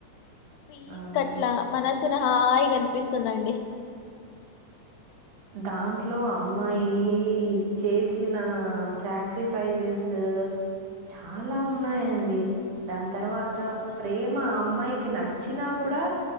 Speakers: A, on the left; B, on the right.
A: పీస్
B: అవునండి
A: కట్లా మన అసలు హాయిగన్పిస్తుందండి
B: దాంట్లో అమ్మాయి చేసిన సాక్రిఫైజెస్ చాలా ఉన్నాయండి దా తర్వాత
A: అవునా
B: ప్రేమ అమ్మాయికి నచ్చినా కూడా